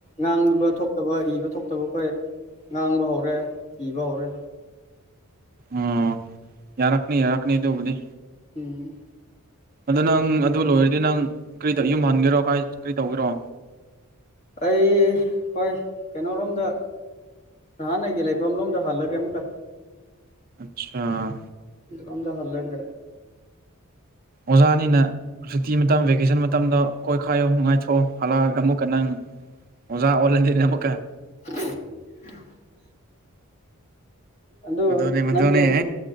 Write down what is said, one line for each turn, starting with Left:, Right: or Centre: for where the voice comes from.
Left: ꯉꯥꯡꯕ ꯊꯣꯛꯇꯕ ꯏꯕ ꯊꯣꯛꯇꯕꯈꯣꯏ ꯉꯥꯡꯕ ꯍꯧꯔꯦ ꯏꯕ ꯍꯧꯔꯦ
Right: ꯑꯣ ꯌꯥꯔꯛꯅꯤ ꯌꯥꯔꯀꯅꯤ ꯑꯗꯨ ꯎꯕꯨꯗꯤ
Left: ꯎꯝ
Right: ꯑꯗꯨ ꯅꯪ ꯑꯗꯨ ꯂꯣꯏꯔꯗꯤ ꯅꯪ ꯀꯔꯤ ꯌꯨꯝ ꯍꯟꯒꯦꯔꯣ ꯀꯔꯤ ꯇꯧꯒꯦꯔꯣ
Left: ꯑꯩ ꯍꯣꯏ ꯀꯩꯅꯣꯔꯣꯝꯗ ꯊꯍꯥꯟꯅꯒ ꯂꯩꯥꯏ ꯐꯝ ꯂꯣꯝꯗ ꯍꯜꯂꯒꯦ ꯑꯃ ꯀ
Right: ꯑꯆꯥꯥ
Left: ꯔꯝꯗ ꯍꯜꯂꯒꯦ
Right: ꯑꯣꯖꯥꯅꯤꯅ ꯁꯨꯇꯤ ꯃꯇꯝ ꯚꯦꯀꯦꯁꯟ ꯃꯇꯝꯗꯣ ꯀꯣꯏꯈꯥꯏꯌꯣ ꯅꯨꯡꯉꯥꯏꯊꯣꯛꯑꯣ ꯍꯜꯂꯛꯑꯒ ꯑꯃꯨꯛꯀꯟꯅ ꯅꯪꯉꯤ ꯑꯣꯖ ꯑꯣꯔꯂꯦꯟꯗꯤꯔꯤꯅ ꯄꯀꯦ
Left: <unintelligible> ꯑꯗꯨ
Right: ꯃꯗꯨꯅꯦ ꯃꯗꯨꯅꯦ
Left: ꯅꯪ